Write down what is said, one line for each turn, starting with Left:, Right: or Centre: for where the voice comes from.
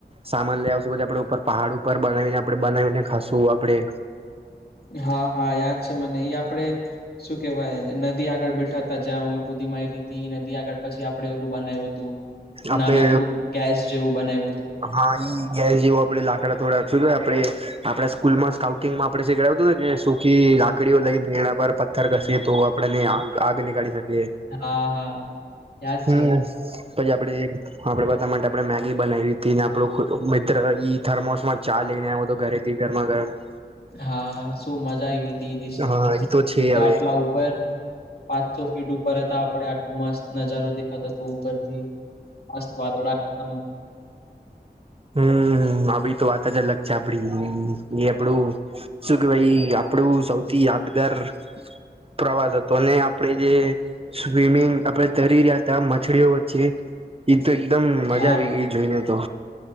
Right: સામાન લઈ આવશુ પછી આપડે પહાડ ઉપર બનાવીને આપણે બનાવીને ખાશુ આપડે
Left: હા હા યાદ છે મને ઈ આપડે શું કેવાય નદી આગળ બેઠા ત જ્યાં હું ખુદી માયરીતી નદી આગળ પછી આપણે ઓલું બનાયવુ તુ.
Right: આપડે
Left: નાનકડું ગેસ જેવું બનાયવુ તુ.
Right: હા ઈ ગેસ જેવુ આપડે લાકડા થોડા શું જોય આપડે આપડા સ્કૂલમાં સ્કાઉટિંગમાં આપડે શીખડાવ્યું તુ ને જે સુખી લાક લકડીઓ લઈને તેણા પર પથ્થર કસી તો આપને આ આગ નીકળી શકીએ
Left: હા હા યાદ
Right: હમ
Left: છે
Right: પછી આપડે આપડે બધા માટે આપણે મેગી બનાવી. થી આપણો મિત્ર થર્મોસમાં ચા લઈને આવયો તો ઘરેથી ગરમા- ગરમ
Left: હા શું મજા આવી હતી એ દિસે
Right: હા
Left: તો
Right: એ છે
Left: એક તો
Right: હવે
Left: આટલા ઉપર પાંચસો ફીટ ઉપર હતા. આપડે આટલો મસ્ત નજારો દેખાતો તો ઉપરથીસ્ વાદળ એકદમ
Right: હમ આપડી તો વાત જ અલગ છે આપડી એ આપડું શું કે વાઈ આપડું સૌથી યાદગાર પ્રવાસ હતો ને આપણેે જે સ્વિમિંગ આપડે તરી રહ્યા હતા, મછડીઓ વચ્ચે ઈ તો એકદમ મજા
Left: હા
Right: આવી ગઈ જોઈને તો